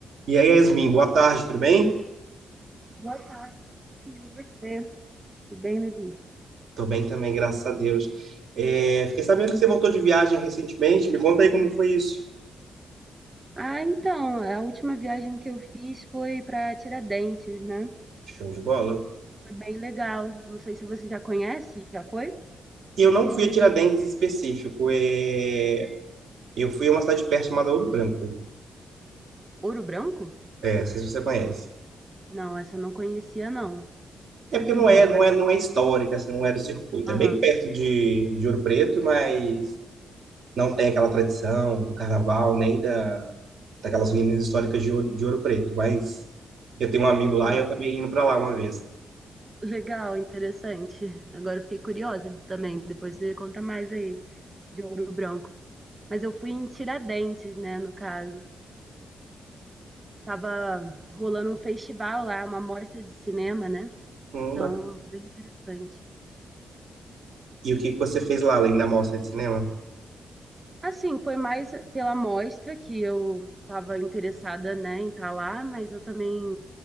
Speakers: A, on the right; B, on the right.
A: E aí, Yasmin, boa tarde, tudo bem?
B: Boa tarde, sim, e você? Tudo bem, Levi?
A: Tô bem também, graças a Deus. É, fiquei sabendo que você voltou de viagem recentemente. Me conta aí como foi isso.
B: Ah, então, a última viagem que eu fiz foi para Tiradentes, né?
A: Show de bola.
B: Foi bem legal. Não sei se você já conhece, já foi?
A: Eu não fui a Tiradentes em específico. é, Eu fui a uma cidade perto chamada Ouro Branco.
B: Ouro Branco?
A: É, não sei se você conhece.
B: Não, essa eu não conhecia, não.
A: É porque não
B: Hum,
A: é, não
B: Mas,
A: é, não é histórica, assim, não é do circuito.
B: aham.
A: É bem perto de, de Ouro Preto, mas não tem aquela tradição do carnaval, nem da, daquelas ruínas históricas de Ouro, de Ouro Preto. Mas eu tenho um amigo lá
B: Ah,
A: e eu acabei indo para lá uma vez.
B: legal, interessante. Agora eu fiquei curiosa também. Depois você conta mais aí de Ouro Branco. Mas eu fui em Tiradentes, né, no caso. Tava rolando um festival lá, uma mostra de cinema, né?
A: Hum,
B: Então,
A: bacana.
B: bem interessante.
A: E o que que você fez lá, além da mostra de cinema?
B: Assim, foi mais pela amostra que eu estava interessada, né, em estar lá, mas eu também